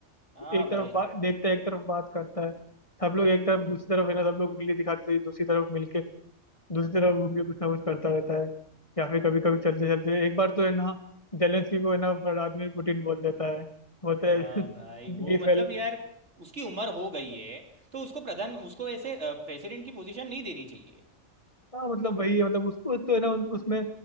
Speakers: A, on the right; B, on the left.
A: हाँ
B: एक
A: भाई
B: तरफ बात देखता है एक तरफ बात करता है सब लोग एक तरफ दूसरी तरफ है ना सब लोग उंगली दिखाते हैं दूसरी तरफ मिलके दूसरी तरफ घूम के कुछ ना कुछ करता रहता है या फिर कभी कभी चलते चलते एक बार तो है ना जेलेंस्की को है ना व्लादिमीर पुतिन बोल देता है बोलता
A: हाँ
B: है <laughs>
A: भाई वो
B: ये
A: मतलब
B: फेल
A: यार उसकी उम्र हो गई है तो उसको प्रधान उसको ऐसे प्रेसिडेंट की पोजीशन नहीं देनी चाहिए
B: हाँ मतलब वही है मतलब उसको तो है ना उन- उसमें